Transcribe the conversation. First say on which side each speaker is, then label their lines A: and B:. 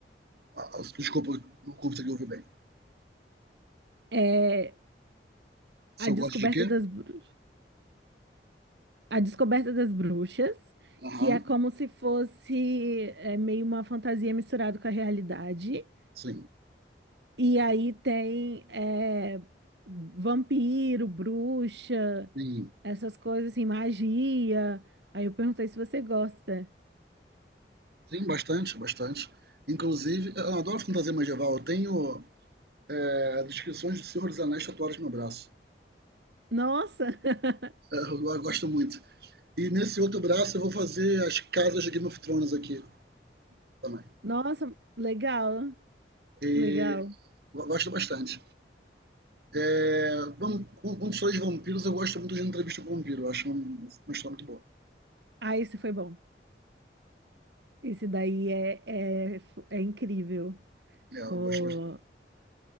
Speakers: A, on the right; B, on the right.
A: ah, desculpa, eu não consegui ouvir bem.
B: É
A: se
B: A
A: eu
B: descoberta
A: gosto de quê?
B: das bruxas. A descoberta das bruxas,
A: Aham,
B: que é como se fosse é, meio uma fantasia misturada com a realidade.
A: sim.
B: E aí tem é, vampiro, bruxa,
A: Sim.
B: essas coisas assim, magia. Aí eu perguntei se você gosta.
A: Sim, bastante, bastante. Inclusive, eu adoro fantasia medieval. Eu tenho é, as descrições do Senhor dos Anéis tatuadas no meu braço.
B: Nossa! <laughs>
A: É, Eu eu gosto muito. E nesse outro braço eu vou fazer as casas de Game of Thrones aqui também.
B: Nossa, legal,
A: E
B: legal.
A: go- gosto bastante. É, vamos, com, com histórias de vampiros, eu gosto muito de Entrevista com o Vampiro. Eu acho uma, uma história muito boa.
B: Ah, esse foi bom. Esse daí é, é, é incrível,
A: É, eu
B: o,
A: gosto bastante.